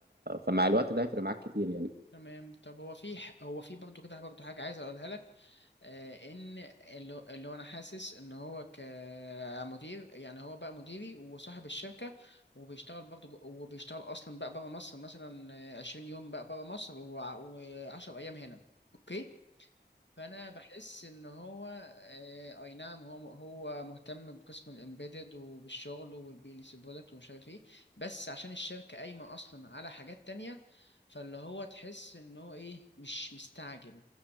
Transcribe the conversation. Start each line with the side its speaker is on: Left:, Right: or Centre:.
Right: فمع الوقت ده هيفرق معاك كتير يعني
Left: تمام طب هو في ح- هو في برضه كده برضه حاجة عايز اقولها لك آه، ان اللي اللي هو انا حاسس ان هو كمدير يعني هو بقى مديري وصاحب الشركه وبيشتغل برضه جو- وبيشتغل اصلا بقى بره مصر مثلا آه، 20 يوم بقى بره مصر و10 ايام هنا اوكي فانا بحس ان هو آه، اي نعم هو هو مهتم بقسم الامبيدد وبالشغل والبيليس برودكت ومش عارف ايه بس عشان الشركه قايمه اصلا على حاجات تانية فاللي هو تحس ان هو ايه مش مستعجل